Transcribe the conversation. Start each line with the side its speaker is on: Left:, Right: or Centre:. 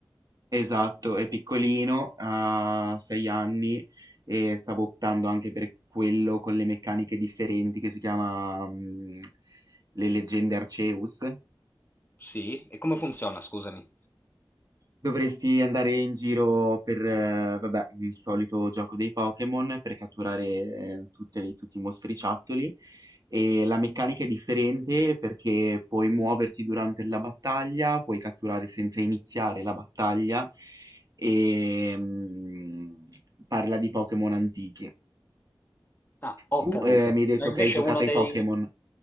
Right: Esatto, è piccolino, ha sei anni e stavo optando anche per quello con le meccaniche differenti che si chiama mm, Le leggende Arceus.
Left: Sì? E come funziona, scusami?
Right: Dovresti andare in giro per, eh, vabbè, il solito gioco dei Pokémon per catturare eh, tutte le- tutti i mostriciattoli. E la meccanica è differente perché puoi muoverti durante la battaglia, puoi catturare senza iniziare la battaglia e mm, parla di Pokémon antichi.
Left: Ah, ho
Right: Tu
Left: capito.
Right: eh, mi hai detto
Left: Ma invece
Right: che hai giocato
Left: uno dei...
Right: ai Pokémon.